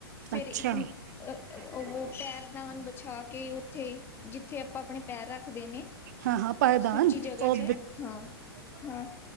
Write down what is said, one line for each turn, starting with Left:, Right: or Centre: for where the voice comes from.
Left: ਫੇਰ
Right: ਅੱਛਾ
Left: ਇੱਕ
Right: ਫਿਰ
Left: ਅ ਓ, ਉਹ
Right: ਇੱਕ
Left: ਪੈਰਦਾਨ ਬਛਾ ਕੇ ਉੱਥੇ ਜਿੱਥੇ ਆਪਾਂ ਆਪਣੇ ਪੈਰ ਰੱਖਦੇ ਨੇ,
Right: ਹਾਂ ਹਾਂ ਪਾਏਦਾਨ
Left: ਸੁੱਚੀ ਜਗ੍ਹਾ'ਚ
Right: ਉਹ
Left: ਹਾਂ ਹਾਂ-